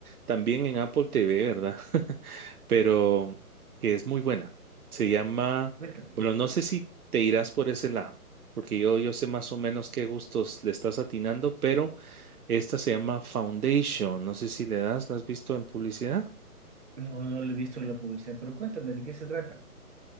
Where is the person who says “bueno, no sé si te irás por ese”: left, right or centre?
Right